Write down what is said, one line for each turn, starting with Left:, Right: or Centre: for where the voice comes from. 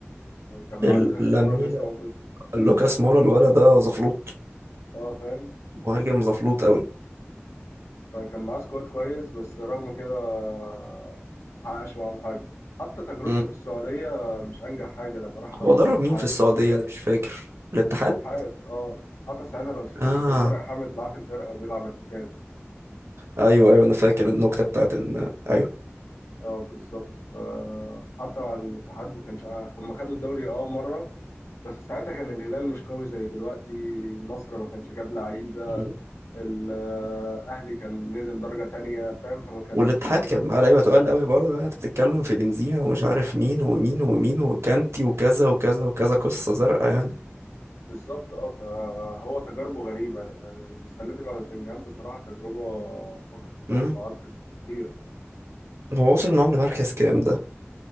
Left: وكان معاه
Right: ال-
Left: لوكاس
Right: لامين
Left: مورا لسه موجود
Right: لوكاس مورا الولد ده زفلوط
Left: اه فاهم
Right: مهاجم زفلوط قوي
Left: فكان معاه سكواد كويس بس رغم كده آه، ما حققش معاهم حاجة حتى تجربته
Right: مم.
Left: في السعودية مش أنجح حاجة لما راح أدرب
Right: هو درب
Left: الاتحاد
Right: مين في السعودية انا مش فاكر الاتحاد
Left: الاتحاد اه حتى ساعتها لو تفتكر
Right: اه
Left: كان طارق حامد معاه في الفرقة وبيلعب ارتكاز
Right: ايوه ايوه انا فاكر النكتة بتاعت ان ايوه
Left: اه بالظبط فحتى على الاتحاد ما كانش عارف هم خدوا الدوري اه مره بس ساعتها كان الهلال مش قوي زي دلوقتي النصر ما كانش جاب لعيبه
Right: مم.
Left: الاهلي كان نزل درجه تانية فاهم فما كانش
Right: والاتحاد
Left: حر
Right: كان معاه لعيبة تقال قوي برضه يعني انت بتتكلم في بنزيما ومش عارف مين ومين ومين وكانتي وكذا وكذا وكذا قصة زرقاء يعني
Left: بالظبط اه فهو تجاربه غريبه والسنه دي مع نوتنجهام بصراحه تجربه فقدت التوقعات
Right: امم
Left: كتير
Right: هو وصل معاهم لمركز كام ده